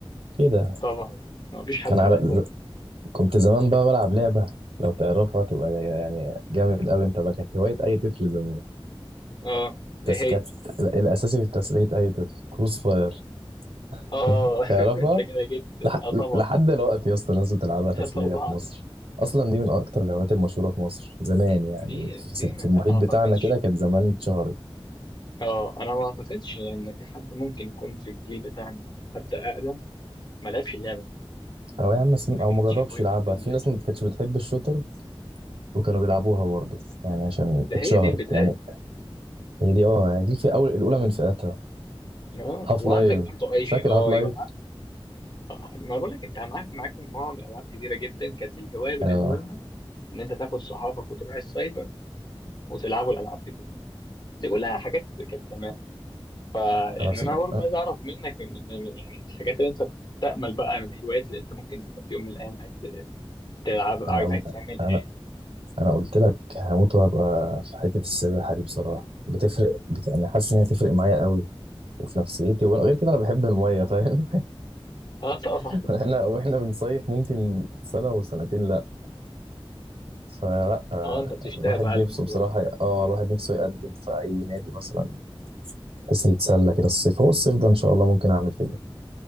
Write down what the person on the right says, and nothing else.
كده
كان على
كنت زمان بقى بلعب لعبة لو تعرفها تبقى يعني جامد أوي أنت بقى كانت هواية أي طفل زمان
بس
كانت الأساسي في تسلية أي طفل كروس فاير
<laughs>
تعرفها
لح...
لحد دلوقتي يا اسطى الناس بتلعبها
تسلية
في مصر أصلا دي من أكتر الهوايات المشهورة في مصر زمان يعني
في
في المحيط
بتاعنا كده كانت زمان اتشهرت
أو يا عم اسم-
أو
مجربش
يلعبها
في
ناس ما كانتش بتحب الشوتر وكانوا بيلعبوها برضه يعني عشان
اتشهرت
يعني هي دي اه هي دي في أول الأولى من فئتها
هاف
لايف
فاكر
هاف لايف
اه
انا بصراحة
انا
انا
انا
أنا قلت لك هموت وهبقى في حتة السباحة دي بصراحة بتفرق بت... انا حاسس ان هي تفرق معايا قوي وفي نفسيتي وانا غير كده انا بحب المية فاهم
<laughs> احنا واحنا بنصيف ممكن سنة وسنتين لا فلا آه،
يعني الواحد
نفسه بصراحة
ي- اه الواحد نفسه يقدم في اي نادي مثلا بحيث يتسلى كده الصيف هو الصيف ده ان شاء الله ممكن اعمل كده